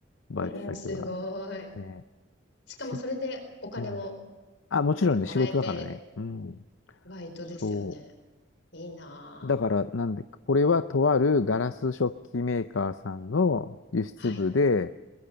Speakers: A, on the left; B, on the left.
A: バイト先は。
B: うん、すごい。
A: ねえ。
B: しかもそれでお金も、
A: し、うん。あ、もちろんね、
B: あの、もらえて、
A: 仕事だからね。うん。
B: バイトですよね。
A: そ
B: いいなぁ。
A: う。だから、なんで、これはとあるガラス食器メーカーさんの輸出部で、
B: はい。